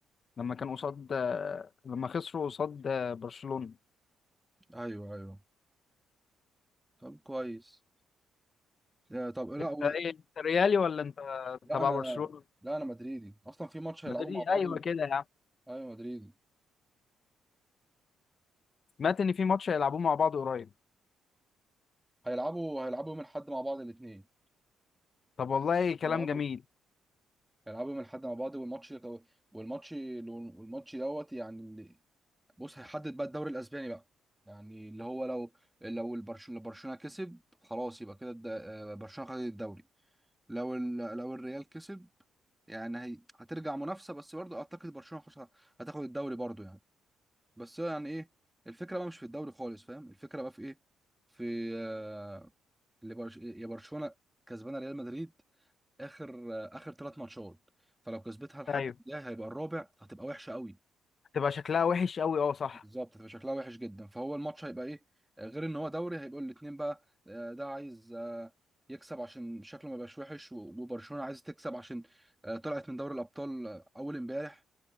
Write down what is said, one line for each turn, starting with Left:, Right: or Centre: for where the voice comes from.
Left: لما كانوا قصاد لما خسروا قصاد برشلونه
Centre: ايوه ايوه طب كويس آه، طب لا
Left: انت
Centre: و...
Left: ايه انت ريالي ولا انت
Centre: لا
Left: تبع
Centre: انا
Left: برشلونه
Centre: لا انا مدريدي اصلا في ماتش هيلعبوا
Left: مدريد
Centre: مع بعض
Left: ايوه
Centre: يوم-
Left: كده يا عم
Centre: ايوه مدريدي
Left: سمعت ان في ماتش هيلعبوه مع بعض قريب
Centre: هيلعبوا هيلعبوا يوم الاحد مع بعض الاثنين
Left: طب والله كلام
Centre: هيلعبوا
Left: جميل
Centre: هيلعبوا يوم الاحد مع بعض والماتش والماتش والماتش دوت يعني اللي بص هيحدد بقى الدوري الاسباني بقى يعني اللي هو لو لو البرشلونه برشلونه كسب خلاص يبقى كده الد- آه، برشلونه خدت الدوري لو ال... لو الريال كسب يعني هي... هترجع منافسه بس برضو اعتقد برشلونه خش... هتاخد الدوري برضو يعني بس هو يعني ايه الفكره بقى مش في الدوري خالص فاهم الفكره بقى في ايه في آه، اللي برش... يا برشلونه كسبانه ريال مدريد اخر آه، اخر ثلاث ماتشات فلو كسبتها لحد
Left: ايوه
Centre: الجاي هيبقى الرابع هتبقى وحشه قوي
Left: تبقى شكلها وحش قوي اه صح
Centre: بالظبط هتبقى شكلها وحش جدا فهو الماتش هيبقى ايه آه، غير ان هو دوري هيبقوا الاتنين بقى آه، ده عايز آه، يكسب عشان شكله ما يبقاش وحش و- وبرشلونة عايز تكسب عشان آه، طلعت من دوري الابطال آه، اول امبارح